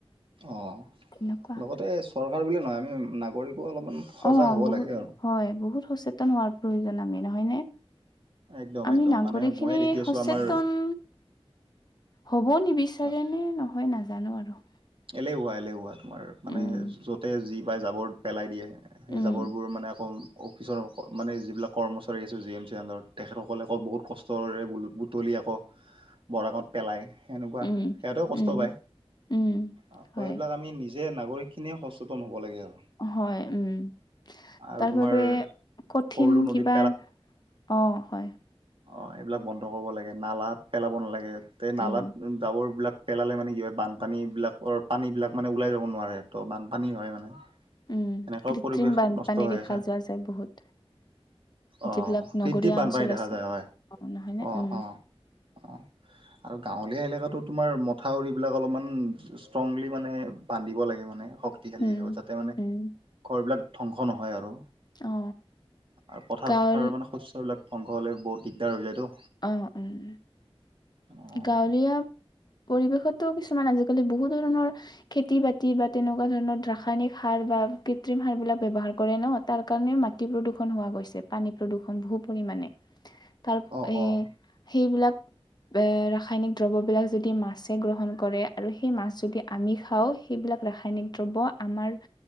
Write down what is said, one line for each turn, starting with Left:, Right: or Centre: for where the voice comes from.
Right: অ'লগতে
Left: তেনেকুৱা
Right: চৰকাৰ বুলিয়ে নহয় আমি নাগৰিকো অলপমান সজাগ
Left: অ'
Right: হ'ব
Left: বহুত
Right: লাগে আৰু
Left: হয় বহুত সচেতন হোৱাৰ প্ৰয়োজন আমি নহয়নে?
Right: একদম
Left: আমি
Right: একদম
Left: নাগৰিকখিনি
Right: মানে ময়ে দেখি আছো
Left: সচেতন
Right: আমাৰ
Left: হ'ব নিবিচাৰে
Right: হয়
Left: নে নহয় নাজানো আৰু।
Right: এলেহুৱা, এলেহুৱা তোমাৰ মানে
Left: উম
Right: য'তে যি পায় জাবৰ পেলাই দিয়ে। সেই
Left: উম
Right: জাবৰবোৰ মানে আকৌ অফিচৰ মানে যিবিলাক কৰ্মচাৰী আছে জি এম চিৰ আণ্ডাৰত তেখেতসকলে আকৌ বহুত কষ্টৰে ব্লু-বুটলি আকৌ বৰাঙত পেলায় সেনেকুৱা
Left: উম
Right: সিহঁতেও কষ্ট
Left: উম
Right: পায়।
Left: উম
Right: অ' ত‌'
Left: হয়
Right: সেইবিলাক আমি নিজে নাগৰিকখিনিয়ে সচেতন হ'ব লাগে আৰু।
Left: হয়, উম,
Right: আৰু
Left: তাৰবাবে
Right: তোমাৰ
Left: কঠিন
Right: সৰলু নদীত
Left: কিবা অ'হয়।
Right: অ'এইবিলাক বন্ধ কৰব লাগে নালাত পেলাব নালাগে তে নালাত
Left: উম
Right: জাবৰবিলাক পেলালে মানে কি হয় বানপানী বিলাকৰ পানীবিলাক মানে ওলাই যাব নোৱাৰে ত' বানপানী হয় মানে।
Left: উম
Right: এনেকেও
Left: কৃত্ৰিম
Right: পৰিৱেশ
Left: বানপানী
Right: নষ্ট হৈ
Left: দেখা
Right: আছে।
Left: যোৱা যায় বহুত
Right: অ'
Left: যিবিলাক নগৰীয়া
Right: কৃত্ৰিম বানপানী
Left: অঞ্চল
Right: দেখা
Left: আছে
Right: যায় হয়,
Left: অ নহয়নে
Right: অ'অ'
Left: উম
Right: অ'। আৰু গাঁৱলীয়া এলেকাটো তোমাৰ মথাউৰিবিলাক অলপমান ষ্ট্ৰংলি মানে বান্ধিব লাগে মানে শক তিশালী
Left: উম
Right: হয়, যাতে মানে
Left: উম
Right: ঘৰবিলাক ধ্বংস নহয় আৰু
Left: অ
Right: অ' পথাৰ-চথাৰ
Left: গাঁৱল
Right: মানে শস্যবিলাক ধ্বংস হ'লে বহুত দিগদাৰ হৈ যায়তো
Left: অ' উম,
Right: অ',
Left: গাঁৱলীয়া পৰিৱেশততো কিছুমান আজিকালি বহু ধৰণৰ খেতি-বাতি বা তেনেকুৱা ধৰণৰ ৰাসায়নিক সাৰ বা কৃত্ৰিম সাৰবিলাক ব্যৱহাৰ কৰে ন' তাৰ কাৰণে মাটি প্ৰদূষণ হোৱা গৈছে পানী প্ৰদূষণ বহু পৰিমাণে। তাৰ
Right: অ'অ'
Left: এ সেইবিলাক <unintelligible> ৰাসায়নিক দ্ৰব্যবিলাক যদি মাছে গ্ৰহণ কৰে আৰু সেই মাছ যদি আমি খাওঁ সেইবিলাক ৰাসায়নিক দ্ৰব্য আমাৰ,